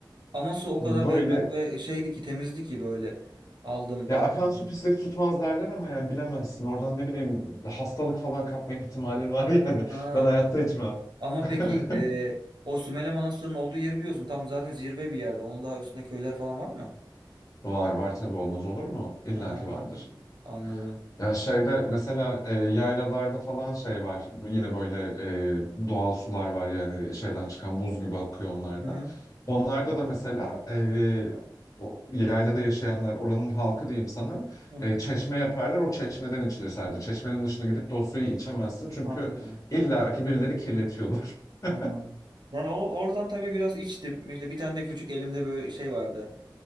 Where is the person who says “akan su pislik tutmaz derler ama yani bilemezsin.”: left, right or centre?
Left